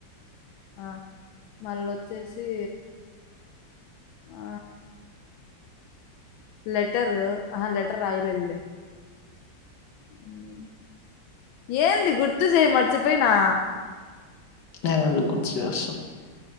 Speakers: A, on the left; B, on the left.
A: ఆ మల్లోచ్చేసి ఆ లెటరు అహా లెటర్ రాయలేద్లే ఉ ఏంది గుర్తుజెయ్ మర్చిపేయినా
B: <unintelligible> గుర్తు చెయ్ అసలు